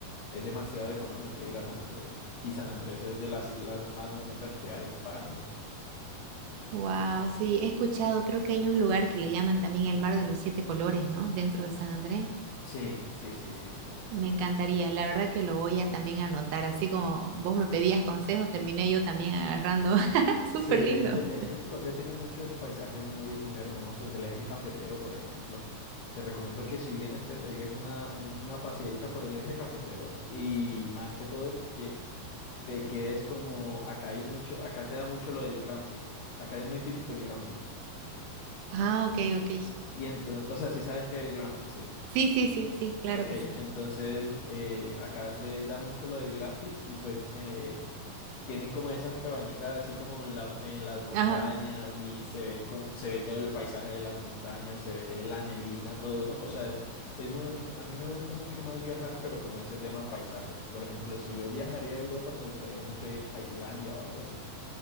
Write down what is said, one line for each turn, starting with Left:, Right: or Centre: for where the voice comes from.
Left: Es demasiado económico ir a San Andrés. Y San Andrés es de las islas más bonitas que hay para mí.
Right: Wow, sí, he escuchado, creo que hay un lugar que le llaman también el Mar de los Siete Colores, ¿no? Dentro de San Andrés.
Left: Sí, sí, sí, sí, sí.
Right: Me encantaría, la verdad que lo voy a también anotar, así como vos me pedías consejos, terminé yo también agarrando. <laughs> Súper
Left: Sí,
Right: lindo.
Left: es que, es que Colombia tiene muchos paisajes muy, muy hermosos. El eje cafetero, por ejemplo. Te recomiendo que si vienes te pegues una, una paseadita por el eje cafetero y más que todo que te quedes como acá hay mucho, acá se da mucho lo del glamping. Acá es muy típico el glamping.
Right: Ah, ok, ok.
Left: Y entonces, o sea, si sabes que es el glamping, sí.
Right: Sí, sí, sí, sí, claro
Left: Ok,
Right: que sí.
Left: entonces eh, acá se da mucho lo del glamping y pues eh, tienen como esas cabañitas así como en la- en las montañas
Right: Ajá.
Left: y se ve, co- se ve todo el paisaje de las montañas, se ve la neblina, todo, ¿no? O sea, es, es muy bonito. A mí me gusta mucho más viajar, pero como ese tema paisajes. Por ejemplo, si yo viajaría a Europa, me gustaría mucho ir a Islandia o algo así.